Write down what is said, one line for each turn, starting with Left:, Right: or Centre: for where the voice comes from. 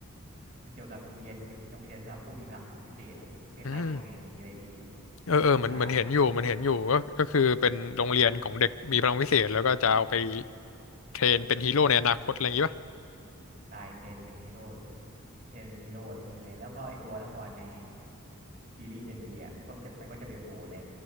Right: มันเกี่ยวกับโรงเรียนเกี่ยวโรงเรียนสำหรับผู้มีพลังพิเศษอะคล้ายๆเอ็กเมนอะไรอย่างเงี้ยเลยพี่
Left: อืมเออเออเหมือนเหมือนเห็นอยู่เหมันเห็นอยู่
Right: ใช่
Left: ก็ก็คือเป็นโรงเรียนของเด็กมีพลังวิเศษแล้วก็จะเอาไปเทรนเป็นฮีโร่ในอนาคตอะไรอย่างงี้ป่ะ
Right: ใช่เทรนเป็นฮีโร่เทรนเป็นฮีโร่ไอ้พวกนี้เลยแล้วก็ไอตัวละครในซีรีส์เจนบีอะก็จะมันก็จะไปโผล่ใน